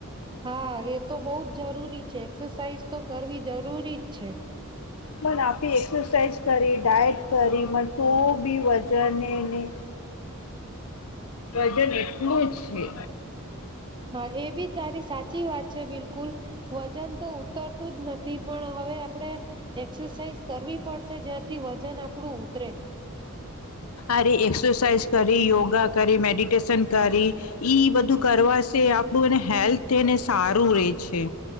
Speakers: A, on the right (about 20°); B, on the left (about 85°).
A: હા એ તો બહુ જ જરૂરી છે એક્સરસાઇઝ તો કરવી જરૂરી જ છે.
B: મ આપી એક્સરસાઇઝ કરી ડાયટ કરી મને તો બી વજનને, વજન એટલું જ છે.
A: હા એ બી તારી સાચી વાત છે બિલકુલ, વજન તો ઉતરતું જ નથી પણ હવે આપડે. એક્સરસાઇઝ કરવી પડશે જ્યાંથી વજન આપડું ઉતરે.
B: આરે એક્સરસાાઈઝ કરી યોગા કરી મેડિટેશન કરી, ઈ બધું કરવાશે આપણું એને હેલ્થને સારું રે છે.